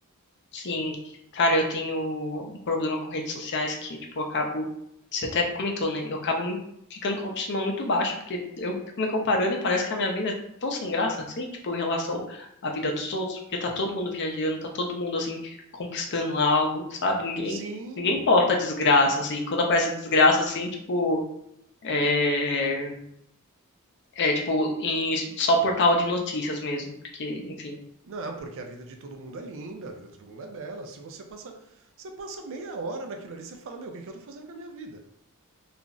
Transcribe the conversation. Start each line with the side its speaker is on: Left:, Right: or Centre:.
Left: Sim, cara, eu tenho um problema com redes sociais que, tipo, eu acabo. Você até comentou, né? Eu acabo me- ficando com a autoestima muito baixa, porque eu fico me comparando e parece que a minha vida é tão sem graça, assim, tipo, em relação à vida dos outros, porque tá todo mundo viajando, tá todo mundo, assim, conquistando algo, sabe? Ninguém,
Right: Sim,
Left: ninguém posta desgraça, assim. Quando aparece desgraça, assim, tipo, é, é tipo, em só portal de notícias mesmo, porque, enfim,
Right: não, porque a vida de todo mundo é linda, a vida de todo mundo é bela. Se você passa, você passa meia hora naquilo ali, você fala, meu, o que, que eu tô fazendo com a minha vida?